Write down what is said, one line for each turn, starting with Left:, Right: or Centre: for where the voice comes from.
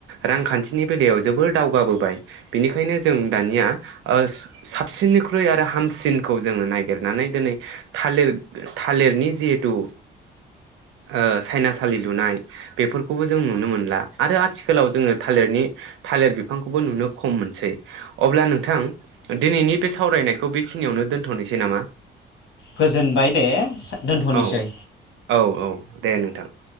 Right: रांखान्थिनि बेलायाव जोबोर दावगाबोबाय बिनिखायनो जों दानिया ओ स साबसिननिख्रुइ आरो हामसिनखौ जोङो नागिरनानै दिनै थालिर थालिरनि जिहेथु ओ सायनासालि लुनाय बेफोरखौबो जों नुनो मोनला आरो आथिखालाव जोङो थालिरनि थालिर बिफांखौबो नुनो खम मोनसै अब्ला नोंथां दिनैनि बे सावरायनायखौ बेखिनियावनो दोनथनोसै नामा?
Left: गोजोनबाय दे से दोनथनिसै
Right: औ औ औ दे नोंथां